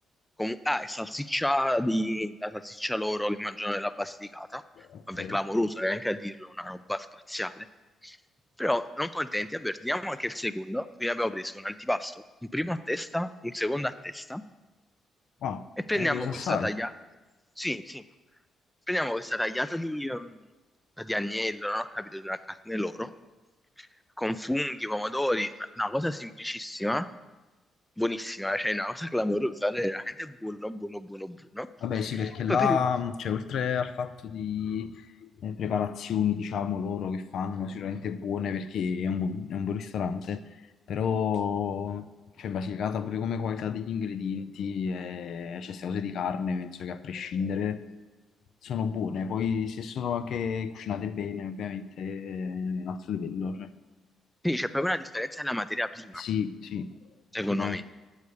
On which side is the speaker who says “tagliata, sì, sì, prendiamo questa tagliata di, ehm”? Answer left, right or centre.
Centre